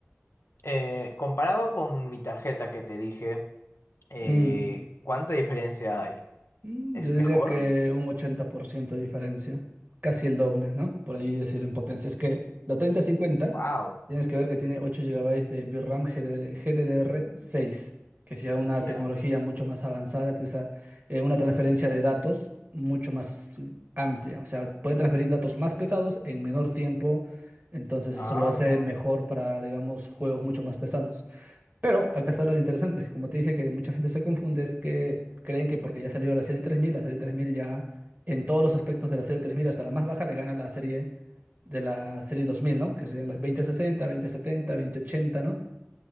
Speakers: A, on the left; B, on the right.
A: Eh, comparado con mi tarjeta que te dije, eh,
B: mm.
A: ¿cuánta diferencia hay?
B: Mm,
A: ¿Es
B: Yo diría
A: mejor?
B: que un 80% de diferencia, casi el doble, ¿no? Por ahí decir en potencia. Es que la treinta cincuenta
A: Wow,
B: tienes que ver que tiene 8 gigabytes de VRAM GD GDDR6, que es ya una
A: ya.
B: tecnología mucho más avanzada que usa eh, una transferencia de datos mucho más amplia. O sea, puede transferir datos más pesados en menor tiempo, entonces
A: Ah,
B: eso lo hace mejor para, digamos, juegos mucho más pesados. Pero acá está lo interesante, que como te dije que mucha gente se confunde, es que creen que porque ya salió la serie 3000, la serie 3000 ya en todos los aspectos de la serie 3000 hasta la más baja, le gana la serie de la serie 2000, ¿no? Que serían las veinte veinte sesenta, veinte setenta, veinte ochenta, ¿no?